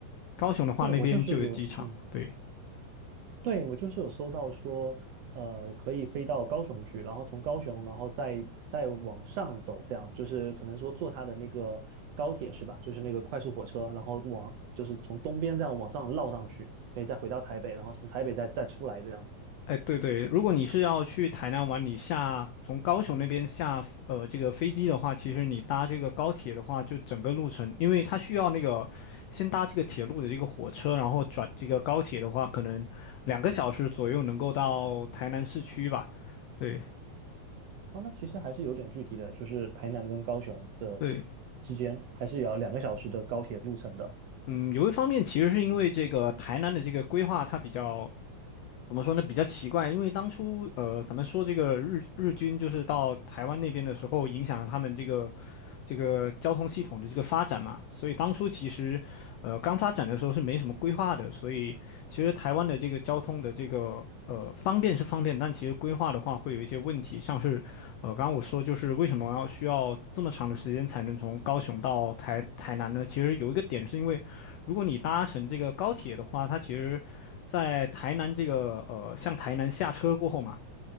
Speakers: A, on the left (about 85°); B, on the right (about 75°).
A: 高雄的话，
B: 对我就是有，
A: 那边就有机场。
B: 嗯，
A: 对，
B: 对我就是有搜到说，呃，可以飞到高雄去，然后从高雄，然后再再往上走，这样就是可能说坐它的那个高铁是吧？就是那个快速火车，然后往就是从东边这样往上绕上去，可以再回到台北，然后从台北再再出来这样
A: 哎，对对，如果你是要去台南玩，你下从高雄那边下呃这个飞机的话，其实你搭这个高铁的话，就整个路程，因为它需要那个先搭这个铁路的这个火车，然后转这个高铁的话，可能两个小时左右能够到台南市区吧。对
B: 哦，那其实还是有点距离的，就是台南跟高雄的
A: 对，
B: 之间，还是有两个小时的高铁路程的
A: 嗯，有一方面其实是因为这个台南的这个规划它比较怎么说呢？比较奇怪，因为当初呃，咱们说这个日日军就是到台湾那边的时候，影响了他们这个这个交通系统的这个发展嘛，所以当初其实呃刚发展的时候是没什么规划的，所以其实台湾的这个交通的这个呃方便是方便，但其实规划的话会有一些问题，像是呃刚刚我说就是为什么要需要这么长的时间才能从高雄到台台南呢？其实有一个点是因为如果你搭乘这个高铁的话，它其实在台南这个呃，向台南下车过后嘛，